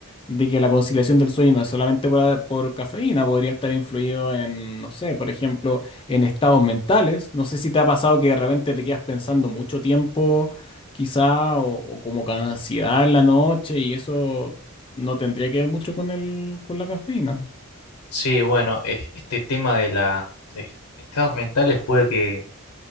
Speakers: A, on the left; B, on the left.
A: de que la conciliación del sueño no es solamente por, por cafeína, podría estar influido en, no sé, por ejemplo, en estados mentales. No sé si te ha pasado que de repente te quedas pensando mucho tiempo quizá, o, o como con ansiedad en la noche, y eso no tendría que ver mucho con el, con la cafeína.
B: Sí, bueno, es- este tema de la de estados mentales puede que